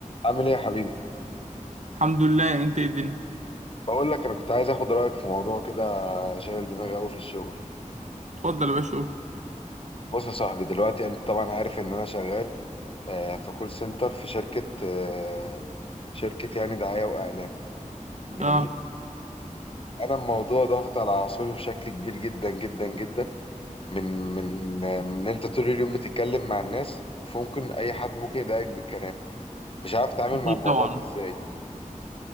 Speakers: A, on the left (about 45°); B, on the right (about 60°).
A: عامل ايه يا حبيبي
B: الحمد لله انت ايه الدنيا
A: بقول لك انا كنت عايز اخد رايك في موضوع كده شاغل دماغي قوي في الشغل
B: اتفضل يا باشا قول
A: بص يا صاحبي دلوقتي انت طبعا عارف ان انا شغال آه، في كول سنتر في شركه آه، شركه يعني دعايه واعلام جميل
B: اه
A: انا الموضوع ضاغط على اعصابي بشكل كبير جدا جدا جدا من من آه، من انت طول اليوم بتتكلم مع الناس فممكن اي حد ممكن يضايقك بالكلام مش عارف اتعامل
B: اكيد
A: مع الموضوع
B: طبعا
A: ده ازاي